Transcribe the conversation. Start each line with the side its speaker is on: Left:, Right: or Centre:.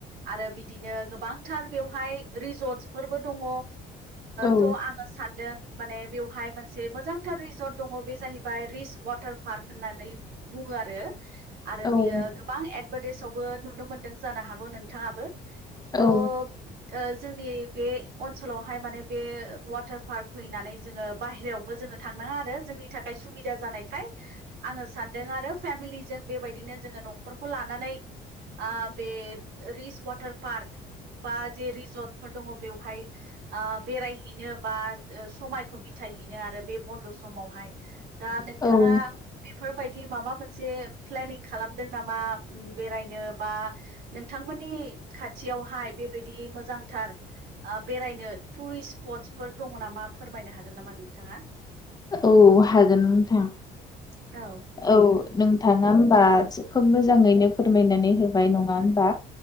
Right: आरो बिदिनो गोबांथार बेवहाय रिजर्टस फोरबो दङ
Left: औ
Right: थ' आङो सानदों माने बेवहाय मोनसे मोजांथार रिजर्ट दङ बे जाहैबाय रिस वाटार पार्क होननानै बुङो आरो । आरो
Left: औ
Right: बियो गोबां एडभार्टाइसआवबो नुनो मोनदों जानो हागौ नोंथाङाबो
Left: औ
Right: थ' ओ जोंनि बे ओनसोलावहाय माने बे वाटार पार्क फैनानै जोङो बाहेरायावबो जोङो थांनाङा आरो जोंनि थाखाय सुबिदा जानायखाय आङो सानदों आरो फे फेमिलि जों बेबायदिनो जोङो न'खरखौ लानानै ओ बे रिस वाटार पार्क बा जे रिजर्टफोर दङ बेवहाय बेरायहैनो बा समाय खौ बिथायहैनो आरो बे बन्द' समावहाय दा नोंथाङा
Left: औ
Right: बेफोरबायदि बि माबा मोनसे प्लेनिं खालामदों नामा बेरायनो बा नोंथांमोननि खाथियावहाय बेबायदि मोजांथार बेरायनो टुरिस्ट स्पटसफोर दङ नामा? मा फोरमायनो हागोन नामा नोंथाङा ।
Left: औ हागोन नोंथां
Right: औ
Left: औ नोंथाङा होनोमबा खोब मोजाङैनो फोरमायनानै होबाय नङा होनबा?